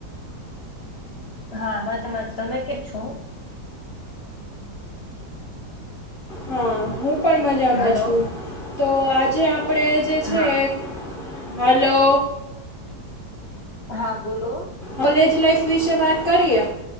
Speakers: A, on the left; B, on the left.
A: હા મજામાંજ તમે કેમ છો.
B: હા હું પણ મજામાં
A: હાલો
B: છું તો આજે આપણે જે
A: હા
B: છે એક હાલો.
A: હા બોલો.
B: કોલેજ લાઈફ વિશે વાત કરીએ